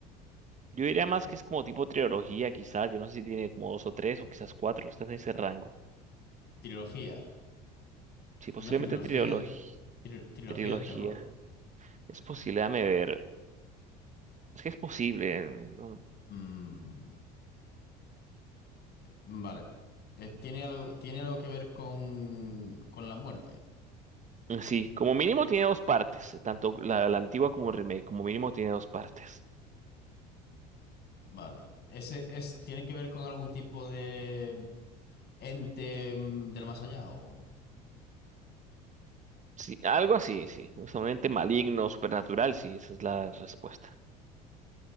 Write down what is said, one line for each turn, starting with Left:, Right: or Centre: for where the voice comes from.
Right: Yo diría más que es como tipo trilogía, quizás. Yo no sé si tiene como dos o tres o quizás cuatro. Está en ese rango.
Left: Trilogía.
Right: Sí, posiblemente
Left: Una trilogía,
Right: trilogía.
Left: de- tri- trilogía
Right: Trilogía.
Left: de terror.
Right: Es posible, déjame ver. Es que es posible. ¿no?
Left: Mm, vale. Eh, ¿tiene algo, tiene algo que ver con, con la muerte?
Right: Mm, Sí, como mínimo tiene dos partes. Tanto la, la antigua como el remake. Como mínimo tiene dos partes.
Left: Vale. Ese es, ¿tiene que ver con algún tipo de Ente mm, del más allá o...
Right: Sí, algo así, sí. Usualmente maligno, supernatural, sí. Esa es la respuesta.